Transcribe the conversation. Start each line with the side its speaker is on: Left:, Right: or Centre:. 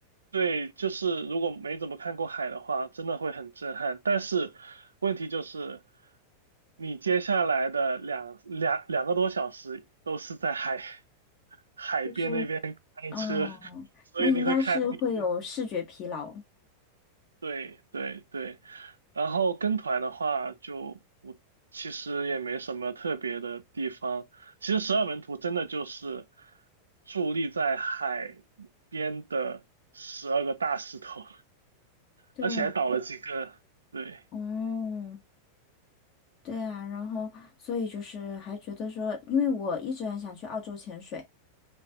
Right: 对，就是如果没怎么看过海的话，真的会很震撼。但是问题就是，你接下来的两两两个多小时都是在海 <laughs>
Left: 就是，
Right: 海车，
Left: 哦，
Right: 所以你会看，
Left: 那应该是会有视觉疲劳 <laughs>。
Right: 对对对。然后跟团的话就，我其实也没什么特别的地方。其实十二门徒真的就是伫立在海边的十二个大石头，
Left: 对，
Right: 而且还倒了几个，对。
Left: 哦，对啊，然后所以就是还觉得说，因为我一直很想去澳洲潜水。